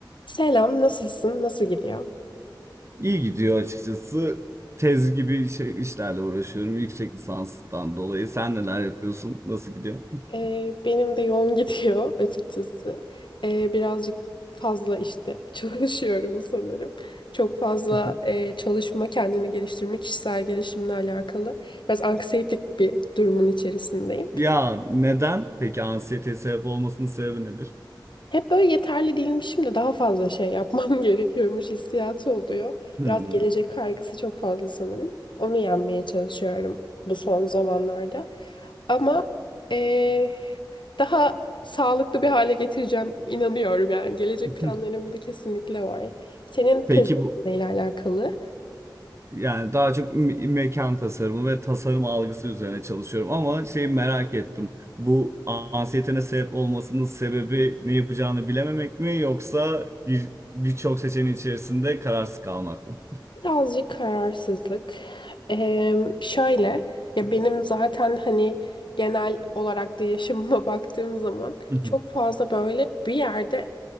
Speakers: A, on the left (about 75°); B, on the right (about 35°).
A: Selam, nasılsın? Nasıl gidiyor?
B: İyi gidiyor açıkçası. Tez gibi şey, işlerle uğraşıyorum yüksek lisanstan dolayı. Sen neler yapıyorsun? Nasıl gidiyor?
A: Ee, benim de yoğun <laughs> gidiyor açıkçası. Ee, birazcık fazla işte <laughs> çalışıyorum sanırım. Çok fazla
B: <laughs>
A: e, çalışma, kendini geliştirme, kişisel gelişimle alakalı. Biraz anksiyetik bir durumun içerisindeyim.
B: Ya neden? Peki anksiyeteye sebep olmasının sebebi nedir?
A: Hep böyle yeterli değilmişim de daha fazla şey yapmam <laughs> gerekiyormuş hissiyatı oluyor.
B: Hmm.
A: Biraz gelecek kaygısı çok fazla sanırım. Onu yenmeye çalışıyorum bu son zamanlarda. Ama eee, daha sağlıklı bir hale getireceğim inanıyorum yani. Gelecek
B: <laughs>
A: planlarımda kesinlikle var. Senin tezin
B: Peki bu
A: neyle alakalı?
B: yani daha çok me- mekan tasarımı ve tasarım algısı üzerine çalışıyorum ama şeyi merak ettim. Bu anksiyetene sebep olmasının sebebi ne yapacağını bilememek mi yoksa bir birçok seçeneğin içerisinde kararsız kalmak mı?
A: Birazcık kararsızlık. Eee, şöyle ya benim zaten hani genel olarak da yaşamıma <laughs> baktığım zaman
B: <laughs>
A: çok fazla böyle bir yerde